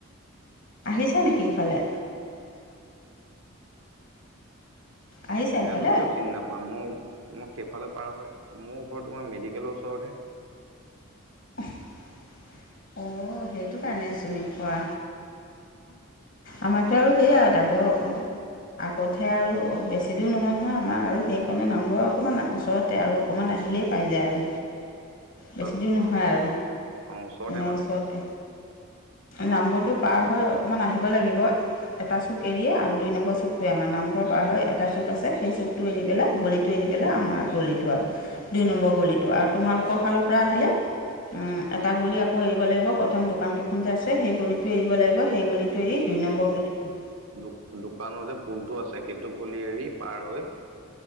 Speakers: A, on the left; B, on the right.
A: আহিছা নেকি ইফালে। আহিছা
B: সেয়ানো
A: ইফালে
B: কিয় চিনি নাপাম মোৰ মই সেইফালে পাৰ হয় মোৰ ঘৰ তোমাৰ মেডিকেলৰ ওচৰতহে।
A: <unintelligible> অঁ সেইটো কাৰণে চিনি পোৱা। আমাতো আৰু সেইয়া
B: অ
A: ডাগৰ অকমান। আগতহে আৰু বেছি দূৰ নহয় নহয় আমাৰ আৰু সেইকণে নামঘৰ অকণমান ওচৰতে আৰু। অকমান আহিলেই পাই যায় আৰু বেছি
B: অ
A: দূৰ ন হয় আৰু
B: অ ওচৰতে
A: তেনে
B: মানে
A: ওচৰতে
B: অ
A: নামঘৰটো উমহু পাৰ হৈ অকমান আহিব লাগিব। এটা চুক এৰিয়ে আৰু দুই নম্বৰ চুকটোৱে আমাৰ নামঘৰ পাৰ হৈ এটা চুক আছে সেই চুকট- টো এৰি পেলাই গলিটো এৰি পেলাই আমাৰ গলিটো আৰু। দুই নম্বৰ বলিটো আৰু তোমালোকৰ ফালৰ পৰা আহিলে উম এটা গলি আকৌ এৰিব লাগিব প্ৰথম দোকান কেইখনতে আছে সেই গলিত টো এৰিব লাগিব সেই গলিটো এৰি দুই নম্বৰ গলিটো।
B: দোক দোকানৰ যে পুলটো আছে সেইটো পুলি এৰি পাৰ হৈ